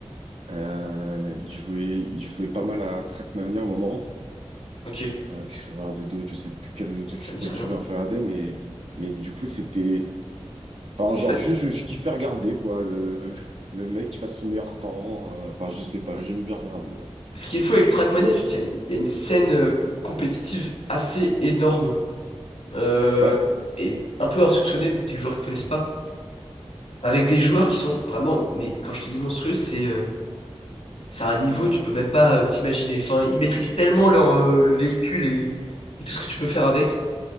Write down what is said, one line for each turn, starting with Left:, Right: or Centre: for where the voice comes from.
Right: Euh, il jouait, il jouait pas mal à Trackmania à un moment.
Left: Ok,
Right: Euh, qu'est-ce que je regardais d'autres? Je sais plus quel autre autre
Left: ça me dit
Right: YouTuber
Left: rien.
Right: je regardais, mais, mais du coup, c'était. Enfin,
Left: Je
Right: genre,
Left: sais pas.
Right: juste, je, je kiffais regarder, quoi. Le, le mec qui fasse son meilleur temps. euh, Enfin, je sais pas, j'aimais bien regarder, ouais.
Left: Ce qui est fou avec Trackmania,
Right: Mais,
Left: c'est
Right: je-
Left: qu'il y a une, il y a une scène euh, compétitive assez énorme euh,
Right: ouais,
Left: et un peu insoupçonnée des joueurs qui connaissent pas, avec des joueurs qui sont vraiment, mais quand je te dis monstrueux, c'est euh, c'est à un niveau, tu peux même pas euh, t'imaginer. Enfin, ils maîtrisent tellement leur, euh, le véhicule et, et tout ce que tu peux faire avec.